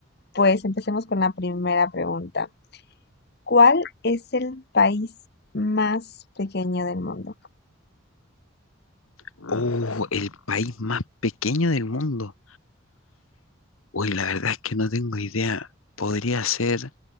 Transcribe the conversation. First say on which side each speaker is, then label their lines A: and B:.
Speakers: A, on the left; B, on the left.
A: Pues empecemos con la primera pregunta. ¿Cuál es el país más pequeño del mundo?
B: Oh, el país más pequeño del mundo. Uy, la verdad es que no tengo idea. Podría ser,